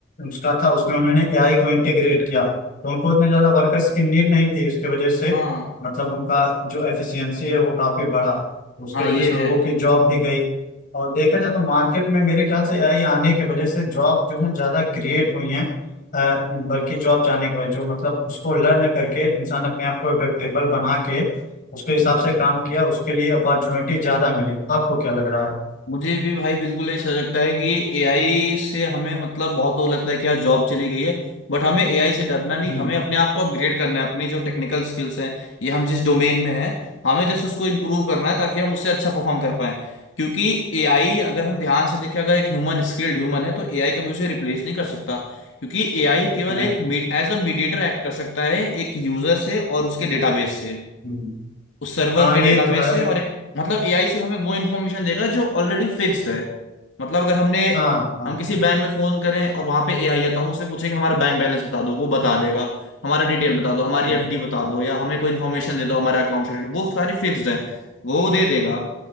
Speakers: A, on the left; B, on the left.
A: उसका था उसमें उन्होंने एआई को इंटीग्रेट किया तो उनको उतने ज्यादा वर्कर्स की नीड नहीं थी उसके वजह से
B: हाँ
A: मतलब उनका जो एफिशिएंसी है वो काफी बढ़ा तो उसके
B: हाँ
A: वजह
B: ये
A: से लोगों
B: है
A: की जॉब भी गई और देखा जाए तो मार्केट में मेरे ख्याल से एआई आने की वजह से जॉब जो है ज्यादा क्रिएट हुई हैं अ, बल्कि जॉब जाने के बाद जो मतलब उसको लर्न करके इंसान अपने आप को एडेप्टेबल बना के उसके हिसाब से काम किया उसके लिए अपॉर्चुनिटी ज्यादा मिली आपको क्या लग रहा है
B: मुझे भी भाई बिल्कुल ऐसा लगता है कि एआई से हमें मतलब बहुत वो लगता है कि यार जॉब चली गई है बट हमें एआई से डरना नहीं
A: हम्म,
B: हमें अपने आप को अपग्रेड करना है अपनी जो टेक्निकल स्किल्स हैं ये हम जिस डोमेन में हैं हमें जस्ट उसको इम्प्रूव करना है ताकि हम उससे अच्छा परफॉर्म कर पाए क्योंकि एआई अगर हम ध्यान से देखें अगर एक ह्यूमन स्किल्ड ह्यूमन है तो एआई कभी उसे रिप्लेस नहीं कर सकता क्योंकि एआई केवल
A: नहीं
B: एक एज अ मीडिएटर एक्ट कर सकता है एक यूजर से और उसके डेटाबेस से
A: हम्म,
B: उस सर्वर
A: हाँ
B: के
A: ये
B: डेटाबेस
A: तो है
B: से
A: अभी
B: और एक मतलब एआई से हमें वो इन्फॉर्मेशन देगा जो ऑलरेडी फिक्स्ड है मतलब अगर हमने
A: हाँ हाँ
B: हम किसी बैंक में फोन करें और वहां पे एआई है तो हम उससे पूछेंगे हमारा बैंक बैलेंस बता दो वो बता देगा हमारा डिटेल बता दो हमारी
A: हम्म,
B: एफडी बता दो या हमें कोई इन्फॉर्मेशन दे दो हमारा अकाउंट से related। वो सारी फिक्स्ड है वो दे देगा